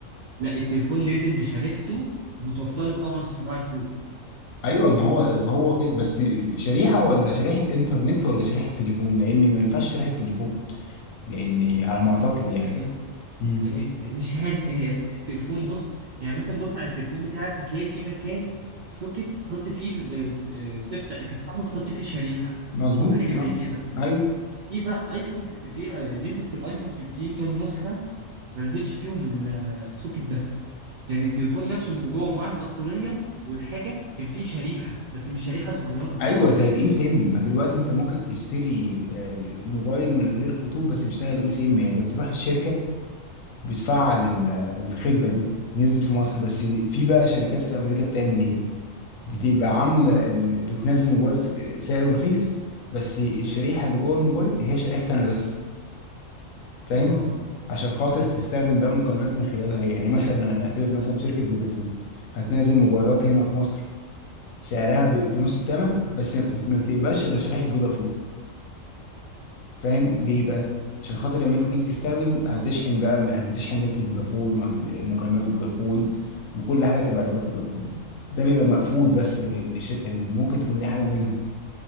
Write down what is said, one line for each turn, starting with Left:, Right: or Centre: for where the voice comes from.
Right: لا التليفون نازل بشريحته متوصله بقمر صناعي فوق
Left: ايوه ما هو هو كده بس شريحه ولا شريحه انترنت ولا شريحه تليفون لان ما ينفعش شريحه تليفون لاني على ما اعتقد
Right: آه،
Left: يعني
Right: آه،
Left: مم.
Right: هي مش عارف ايه هي. التليفون بص يعني مثلا بص على التليفون بتاعك هتلاقي فيه مكان سوكت تحط فيه ال- آه، آه، تفتح تفتحه وتحط فيه شريحة
Left: مظبوط
Right: او حاجة
Left: آه.
Right: زي كده
Left: ايوه
Right: في بقى ايفون في في- آه، نزل في الايفون 15 كام نسخة ما نزلش فيهم ال- آه، السوكت ده يعني التليفون نفسه من جوه مع البطارية والحاجة كان فيه شريحة بس مش شريحة صغيرة
Left: ايوه زي الاي سيم ما دلوقتي انت ممكن تشتري آه، موبايل من غير خطوط بس بيشتغل اي سيم يعني انت بتروح الشركه بتفعل ال- الخدمه دي نزلت في مصر بس في بقى شركات في امريكا بتعمل ايه بتبقى عامله ال- بتنزل موبايل س- سعره رخيص بس الشريحه اللي جوه الموبايل هي شريحتي انا بس فاهم
Right: اه
Left: عشان خاطر تستخدم بقى مكالمات من خلالها هي يعني مثلا هنعتبر مثلا شركة فودافون هتنزل موبايلات هنا في مصر سعرها بنص الثمن بس ما بتس- ما بتقبلش غير شريحة فودافون فاهم ليه بقى عشان خاطر لما انت تيجي تستخدم هتشحن بقى هتشحن نت فودافون ومكالمات فودافون وكل حاجة تبقى لك فودافون ده بيبقى مقفول بس للشركة دي ممكن تكون دي حاجة منهم